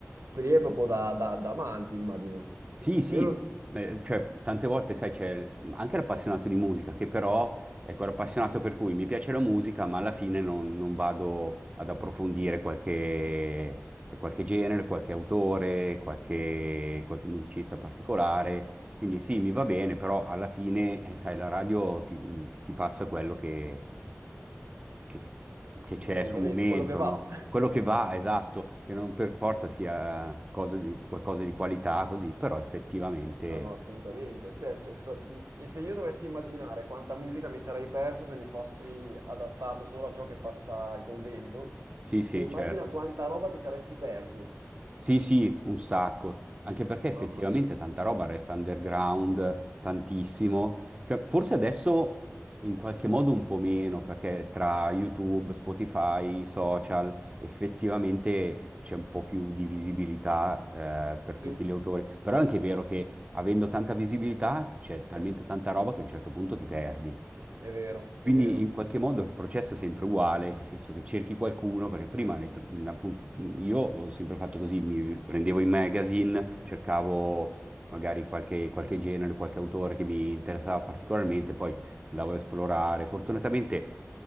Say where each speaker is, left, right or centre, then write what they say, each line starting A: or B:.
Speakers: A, on the right; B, on the right.
A: quelli è proprio da, da- da amanti, immagino.
B: Sì, sì,
A: Io lo-
B: eh, cioè tante volte, sai, c'è anche l'appassionato di musica, che però è quell'appassionato per cui mi piace la musica, ma alla fine non, non vado ad approfondire qualche, qualche genere, qualche autore, qualche, qualche musicista particolare. Quindi sì, mi va bene, però alla fine, eh, sai, la radio ti, ti passa quello che, che che c'è
A: Assolutamente,
B: sul momento,
A: quello che va.
B: no? Quello che va, esatto, che non per forza sia cosa di- qualcosa di qualità, così, però effettivamente...
A: Ah no, assolutamente. Cioè, se, seco- e se io dovessi immaginare quanta musica mi sarei perso se mi fossi adattato solo a ciò che passa al convento,
B: Sì, sì,
A: cioè immagina
B: certo.
A: quanta roba ti saresti perso.
B: Sì, sì, un sacco, anche perché
A: Mamma
B: effettivamente
A: mia.
B: tanta roba resta underground, tantissimo. Cioè, forse adesso in qualche modo un po' meno, perché tra YouTube, Spotify, social, effettivamente c'è un po' più di visibilità, eh, per tutti
A: Sì,
B: gli autori. Però è anche vero che avendo tanta visibilità c'è talmente tanta roba che a un certo punto ti perdi.
A: è vero,
B: Quindi
A: è vero.
B: in qualche modo il processo è sempre uguale, nel senso che cerchi qualcuno, perché prima ne tro- appunto io ho sempre fatto così, mi prendevo i magazine, cercavo magari qualche, qualche genere, qualche autore che mi interessava particolarmente, poi andavo a esplorare. Fortunatamente